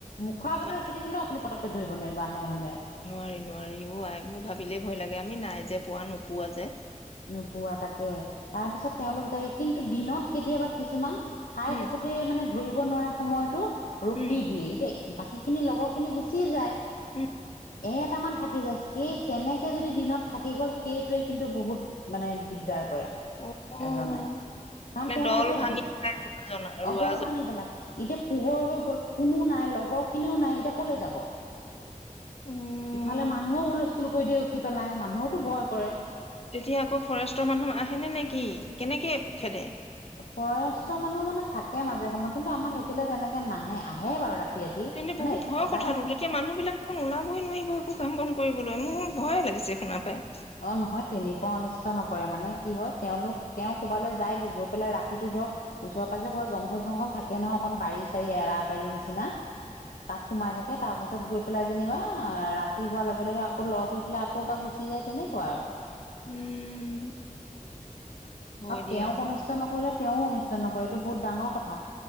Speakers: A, on the left; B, on the left.
A: মুখৰ আগতে
B: ইমান
A: ৰখি থাকিলেও আপুনি পটকে ধৰিব নোৱাৰিব। আন্ধাৰে মুন্ধাৰে
B: নোৱাৰি নোৱাৰি ও মোৰ ভাবিলেই ভয় লাগে আমি নাই যে পোৱা নোপোৱা যে
A: নোপোৱা তাকে তাৰপিছত তেওঁলোক যায়গে কিন্তু, দিনত কেতিয়াবা কিছুমান খাই
B: উম
A: থাকোতে মানে ধৰিব নোৱাৰা সময়তটো ৰখি
B: উম
A: দিয়ে ইতিাই বাকীখিনি লগৰখিনি গুচি যায়
B: উম।
A: এটামান থাকি যায় সেই তেনেকে যদি দিনত থাকি গ'ল সেইটোৱে কিন্তু বহুত মানে দিগদাৰ কৰে
B: অ'।
A: এজনাই কাৰণ
B: মানে
A: তেওঁ
B: দল
A: এতিয়া
B: ভাঙি পেলাই ৰোৱাজন ৰোৱাজন
A: অ দল ভাঙি পেলাই। এতিয়া পোহৰ হৈ গল কোনো নাই লগৰ খিনিও নাই এতিয়া কলে যাব
B: উম,
A: ইফালে মানুহও হুলস্থুল কৰি দিয়ে উঠি পেলাই মানুহতো ভয় কৰে।
B: তেতিয়া আকৌ ফৰেষ্টৰ মানুহ আহে নে নেকি কেনেকে খেদে
A: ফৰেষ্টৰ মানুহ মানে থাকে মাজে সময় কিন্তু, আমাৰ সেইফালে তেনেকে নাহে আহে বাৰু ৰাতি ৰাতি
B: তেন্তনে
A: মানে
B: বহুত ভয়
A: সদায়
B: কথাটো
A: নাহে
B: তেতিয়া মানুহ বিলাক দেখোন ওলাবই নোৱাৰিব একো কাম বন। কৰিবলৈ মোৰ ভয়ে লাগিছে শুনা পাই
A: অ' নহয় তেনে অনিষ্ট নকৰে মানে কি হয় তেওঁলোক তেওঁ ক'বালৈ যায়গ গৈ পেলাই ৰাতিতটো ধৰক ওচৰে পাজ জংঘল জংঘল থাকে নহয় অকন বাৰি চাৰি এৰা বাৰী নিচিনা তাত সোমাই থাকে তাৰপিছত গৈ পেলাই যেনিবা ৰাতি হোৱাৰ লগে লগে আকৌ লগ হৈ পেলাই আকৌ বা গুচি যায় তেনে। কোৱা আৰু।
B: উম হয়
A: আৰু
B: দিয়া
A: তেওঁক
B: ন?
A: অনিষ্ট নকৰিলে তেওঁও অনিষ্ট নকৰে। এইটো বহুত ডাঙৰ কথা